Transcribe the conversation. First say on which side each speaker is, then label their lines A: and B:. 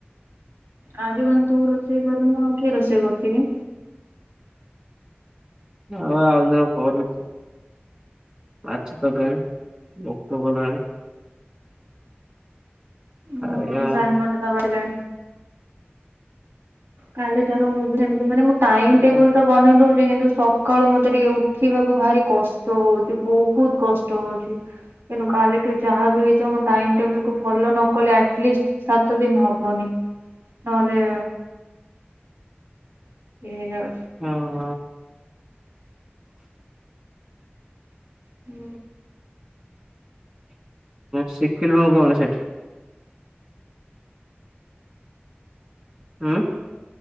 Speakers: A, on the right (about 75°); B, on the right (about 20°).
A: ଆଜି କଣ ତୁ ରୋଷେଇ କରୁନୁ କିଏ ରୋଷେଇ କରୁଛି କି?
B: ହଉ ଆଉ ଜଣେ କରୁଛି ମାଛ ତରକରି ଭୋକ କ ଲାଣି। ଖାଇବା।
A: ହୁଁ ସାନ ଦାଦା <unintelligible> କାଲି ଠାରୁ ମୁଁ ବି ଏମିତି ମାନେ ଟାଇମ
B: ହଁ
A: ଟେବୁଲ ତ ବନେଇ ଦଉଛି କିନ୍ତୁ ସକାଳୁ ମତେ ଟିକେ ଉଠିବାକୁ ଭାରି କଷ୍ଟ ହୋଉଛି ବହୁତୁ କଷ୍ଟ ହଉଚ କିନ୍ତୁ କାଲିଠୁ ଯାହା ବି ହେଇଛିମ ଟାଇ ଟେବଲ କୁ ଫଲୋ ନ କଲେ ଆଟଲିଷ୍ଟ ସାତ ଦିନ ହବନି ନହେଲେ। <unintelligible>
B: ହଁ ହଁ।
A: ହୁଁ।
B: ଶିଖିଲୁଣିୁ କଣ ସେଇଠି? ଉଁ।